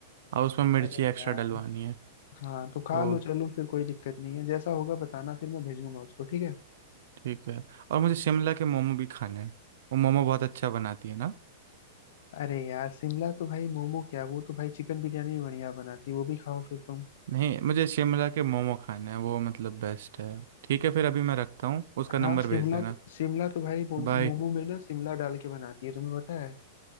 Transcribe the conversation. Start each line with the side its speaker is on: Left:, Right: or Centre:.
Right: और उसमें मिर्ची
Left: अरे
Right: एक्स्ट्रा
Left: यार
Right: डलवानी है
Left: हाँ तो खा
Right: तो
Left: लो चलो फिर कोई दिक्कत नहीं है जैसा होगा बताना फिर मैं भेजूंगा उसको ठीक है
Right: ठीक है और मुझे शिमला के मोमो भी खाने हैं वो मोमो बहुत अच्छा बनाती है ना
Left: अरे यार शिमला तो भाई मोमो क्या वो तो भाई चिकन बिरयानी भी बढ़िया बनाती है वो भी खाओ फिर तुम
Right: नहीं मुझे शिमला के मोमो खाने हैं वो मतलब बेस्ट है ठीक है फिर अभी मैं रखता हूँ उसका
Left: हाँ
Right: नंबर
Left: शिमला
Right: भेज देना
Left: तो शिमला तो भाई मो-
Right: बाय
Left: मोमो में ना शिमला डाल के बनाती है तुम्हें पता है